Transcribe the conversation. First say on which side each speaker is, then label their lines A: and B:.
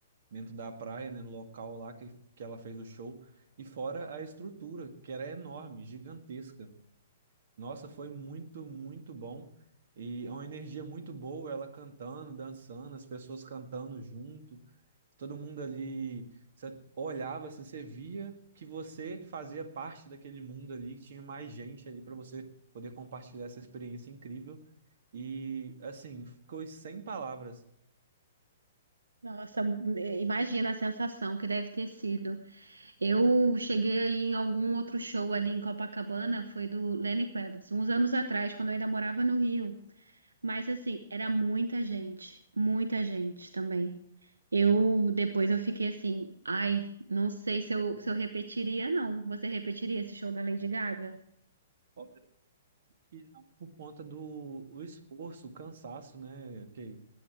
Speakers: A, on the right; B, on the right.
A: dentro da praia, né, no local lá que, que ela fez o show, e fora a estrutura, que era enorme, gigantesca. Nossa, foi muito, muito bom. E é uma energia muito boa, ela cantando, dançando, as pessoas cantando junto, todo mundo ali. Você olhava assim, você via que você fazia parte daquele mundo ali, que tinha mais gente ali para você poder compartilhar essa experiência incrível. E assim, ficou sem palavras.
B: Nossa, mu- eh, imagina a sensação que deve ter sido. Eu cheguei em algum outro show ali em Copacabana, foi do Lenny Kravitz, uns anos atrás, quando eu ainda morava no Rio. Mas assim, era muita gente, muita gente também. Eu depois eu fiquei assim, ai, não sei se eu, se eu repetiria, não. Você repetiria esse show da Lady Gaga?
A: Óbvio que não por conta do o esforço, o cansaço, né? Que